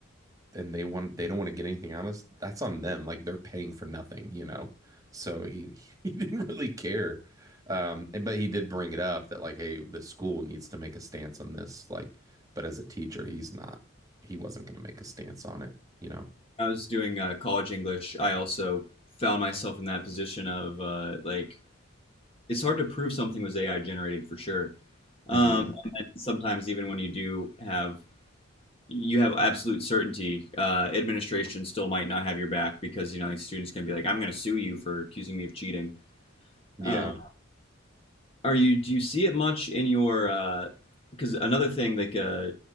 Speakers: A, on the right; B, on the left.
A: and they want they don't want to get anything out of us, that's on them. Like they're paying for nothing, you know. So he <laughs> he didn't really care. Um, but he did bring it up that like, hey, the school needs to make a stance on this. Like, but as a teacher, he's not. He wasn't going to make a stance on it, you know.
B: I was doing uh, college English. I also found myself in that position of uh, like it's hard to prove something was AI generated for sure. Um,
A: hmm
B: and sometimes even when you do have you have absolute certainty, uh, administration still might not have your back because you know these students can be like, I'm going to sue you for accusing me of cheating.
A: Yeah.
B: Um, are you do you see it much in your uh, because another thing like uh,